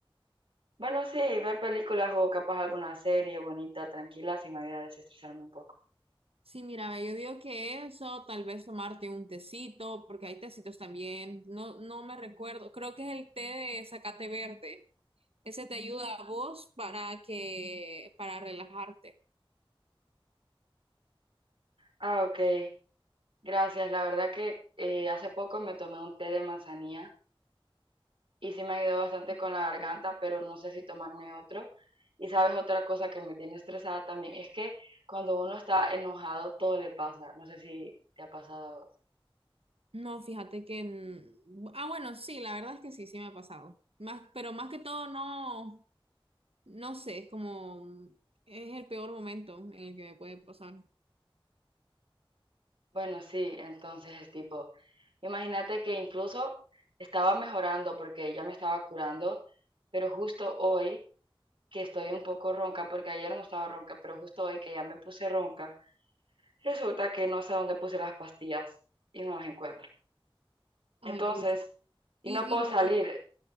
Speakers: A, on the right (about 65°); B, on the right (about 85°).
A: Bueno, sí, ver películas o capaz alguna serie bonita, tranquila, sí me ayuda a desestresarme un poco.
B: Sí, mira, ve, yo digo que eso, tal vez tomarte un tecito, porque hay tecitos también. No, no me recuerdo. Creo que es el té de zacate verde. Ese te ayuda a vos para que, para relajarte.
A: Ah, ok. Gracias. La verdad que eh, hace poco me tomé un té de manzanilla y sí me ayudó bastante con la garganta, pero no sé si tomarme otro. Y sabes, otra cosa que me tiene estresada también es que cuando uno está enojado, todo le pasa. No sé si te ha pasado a vos.
B: No, fíjate que, mm, ah, bueno, sí, la verdad es que sí, sí me ha pasado. Más, pero más que todo, no, no sé, como es el peor momento en el que me puede pasar.
A: Bueno, sí, entonces es tipo, imagínate que incluso estaba mejorando porque ya me estaba curando, pero justo hoy que estoy un poco ronca, porque ayer no estaba ronca, pero justo hoy que ya me puse ronca, resulta que no sé dónde puse las pastillas y no las encuentro.
B: Ay,
A: Entonces,
B: pucha.
A: y
B: Y,
A: no puedo
B: y no,
A: salir,